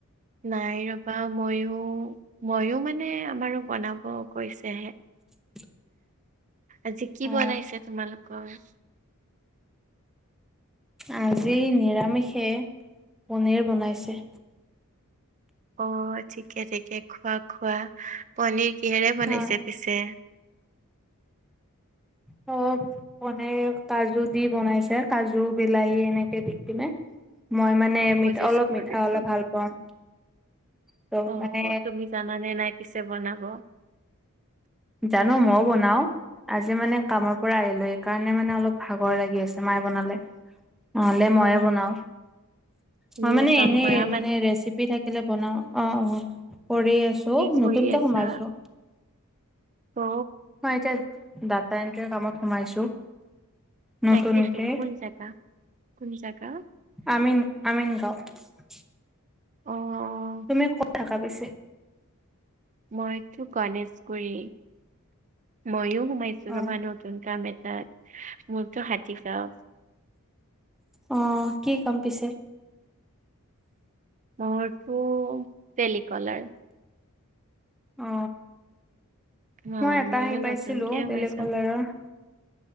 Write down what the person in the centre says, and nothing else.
<unintelligible>
অ
আজি নিৰামিষে পনীৰ বনাইছে।
অ।
<unintelligible> <unintelligible> কাজু দি বনাইছে কাজু বিলাহী এনেকে দি কিনে। মই মানে মিঠা
অলপ মিঠা
হলে ভাল পাওঁ ত
মানে
জানো মইও বনাও। আজি মানে কামৰ পৰা আহিলো সেইকাৰণে মানে অলপ ভাগৰ লাগি আছে মাইয়ে বনালে। নহলে মইয়ে
বনাও
মই মানে
এনে
মানে ৰেচিপ পি থাকিলে বনাও অ অ কৰি আছো
নতুনকে
সোমাইছো।
মই এতিয়া ডাটা এন্ট্ৰি কামত সোমাইছো। নতুনকে
আমিন <unintelligible>
তুমি ক'ত থাকা পিছে?
অ
অ কি কাম পিছে?
অ।
মই এটা
হেৰি পাইছিলো
তেলিকলাৰৰ।